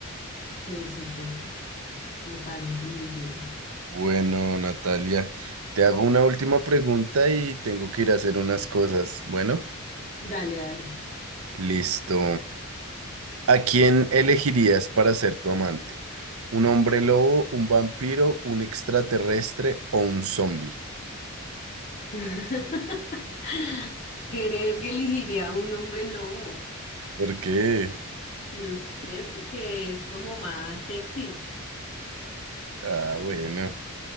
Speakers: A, on the left; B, on the right.
A: Sí, súper. Me parece muy bien.
B: Bueno, Natalia, te hago una última pregunta y tengo que ir a hacer unas cosas. Bueno,
A: Dale, dale.
B: listo. ¿A quién elegirías para ser tu amante? ¿Un hombre lobo, un vampiro, un extraterrestre o un zombie?
A: <laughs> Creo que elegiría un hombre lobo.
B: ¿Por qué?
A: No sé, porque es como más sexy.
B: Ah, bueno.